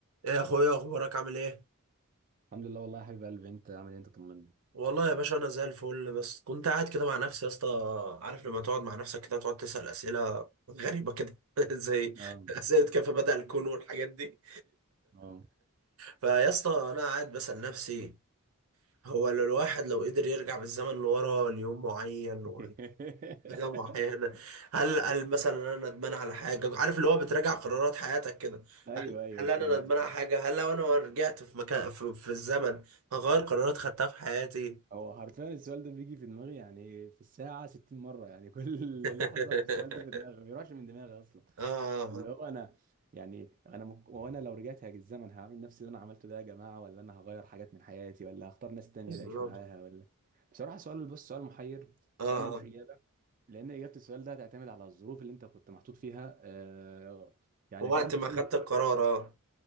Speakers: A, on the right (about 70°); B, on the right (about 40°).
A: ايه يا اخويا اخبارك عامل ايه
B: الحمد لله والله يا حبيب قلبي انت عامل ايه انت طمني
A: والله يا باشا انا زي الفل بس كنت قاعد كده مع نفسي يا اسطى عارف لما تقعد مع نفسك كده تقعد تسأل اسئله غريبه كده <laughs> زي
B: اه
A: اسئله كيف بدأ الكون والحاجات دي
B: اه
A: فيا اسطى انا قاعد بسأل نفسي هو لو الواحد لو قدر يرجع بالزمن لورا ليوم معين
B: <laughs>
A: ولا حاجه معينه هل هل مثلا انا ندمان على حاجه عارف اللي هو بتراجع قرارات حياتك كده
B: ايوه
A: هل
B: ايوه
A: هل انا
B: فهمت
A: ندمان
B: فهمت
A: على حاجه هل لو انا رجعت في مكان في, في الزمن هغير قرارات خدتها في حياتي
B: هو حرفيا السؤال ده بيجي في دماغي يعني في الساعه 60 مره يعني كل
A: <laughs>
B: <laughs> لحظه السؤال ده في دماغي ما
A: اه
B: بيروحش من دماغي اصلا
A: آه،
B: اللي هو انا يعني انا مك... وانا لو رجعت هاجي الزمن هعمل نفس اللي انا عملته ده يا جماعه ولا انا هغير حاجات من حياتي ولا هختار ناس تانية
A: بالظبط
B: تعيش معاها ولا بصراحه سؤال بص سؤال محير
A: اه
B: سؤال ملوش
A: اه
B: اجابه لان اجابه السؤال ده هتعتمد على الظروف اللي انت كنت محطوط فيها آه، يعني
A: وقت
B: فانت
A: ما
B: في اي
A: خدت القرار اه